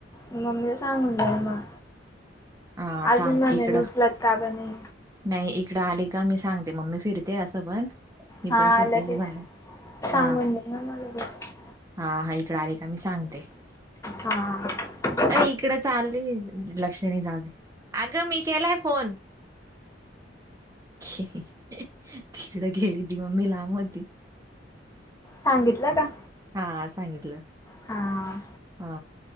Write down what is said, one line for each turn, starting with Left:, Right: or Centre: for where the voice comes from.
Left: मम्मीला सांगून जाल मग
Right: हा
Left: अजून
Right: थांब
Left: म्हणेल
Right: इकडं
Left: उचलात का पणे.
Right: नाही इकडं आली का मी सांगते मम्मी फिरते असं पण. मी
Left: हा
Right: पण फिरताचे
Left: लगेच
Right: बाहेर
Left: सांगून
Right: हा.
Left: दे ना मग लगेच
Right: हा इकड आरे का मी सांगते.
Left: हा.
Right: अ इकडे चालली लक्ष्णी जा दे अगं मी केलाय फोन. तिकडं गेली ती मम्मी लांब होती.
Left: सांगितलं का.
Right: हा सांगितलं.
Left: हा.
Right: हा